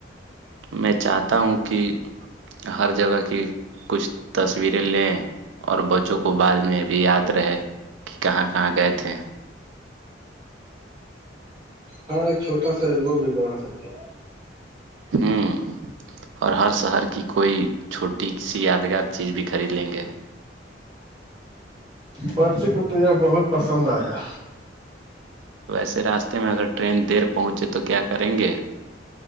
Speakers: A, on the right; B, on the right.
A: میں چاہتا ہوں کہ ہر جگہ کی کچھ تصویریں لیں اور بچوں کو بعد میں بھی یاد رہے کہ کہاں کہاں گئے تھے
B: ہاں ایک چھوٹا سا البم بھی بنا سکتے ہیں
A: ہوں اور ہر شہر کی کوئی چھوٹی سی یادگار چیز بھی خرید لیں گے
B: بچے کو تو یہ بہت پسند آئے گا
A: ویسے راستے میں اگر ٹرین دیر پہنچے تو کیا کریں گے